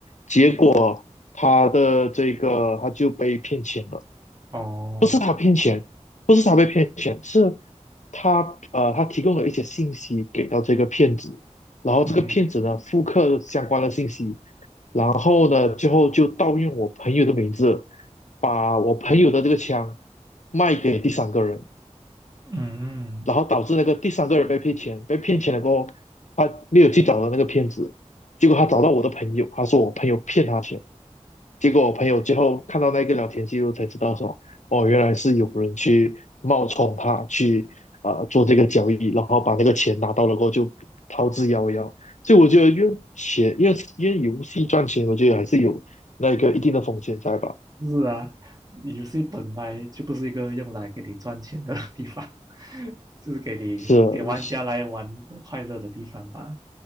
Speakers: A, on the left (about 70°); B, on the right (about 30°).
A: 结果他的这个他就被骗钱了，
B: 哦，
A: 不是他骗钱，不是他被骗钱，是他呃他提供了一些信息给到这个骗子。然后这个骗子呢，
B: 嗯哼，
A: 复刻相关的信息，然后呢，最后就盗用我朋友的名字，把我朋友的这个枪卖给第三个人，
B: 嗯。
A: 然后导致那个第三个人被骗钱，被骗钱了过后，他没有去找到那个骗子，结果他找到我的朋友，他说我朋友骗他钱，结果我朋友最后看到那个聊天记录才知道说，哦，原来是有人去冒充他去啊、呃做这个交易，然后把那个钱拿到了过后就逃之夭夭。所以我觉得用钱，因为因为游戏赚钱，我觉得还是有那个一定的风险在吧？
B: 是啊，游戏本来就不是一个用来给你赚钱的 <laughs> 地方，<laughs> 就是给你给玩家来玩的快乐的地方吧。
A: 是